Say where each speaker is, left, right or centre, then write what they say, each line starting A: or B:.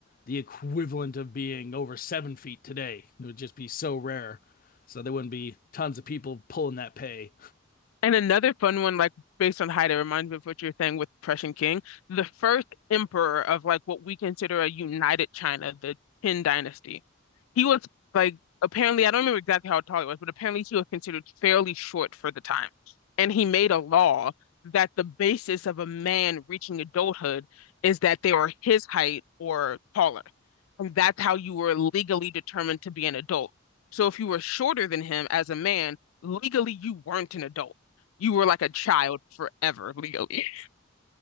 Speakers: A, on the left; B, on the left.
A: the equivalent of being over seven feet today. It would just be so rare. So, there wouldn't be tons of people pulling that pay.
B: And another fun one, like based on height, it reminds me of what you're saying with the Prussian king. The first emperor of like what we consider a united China, the Qin dynasty. He was like apparently, I don't remember exactly how tall he was, but apparently he was considered fairly short for the time. And he made a law that the basis of a man reaching adulthood is that they are his height or taller. And that's how you were legally determined to be an adult. So if you were shorter than him as a man, legally you weren't an adult you were like a child forever legally. <laughs>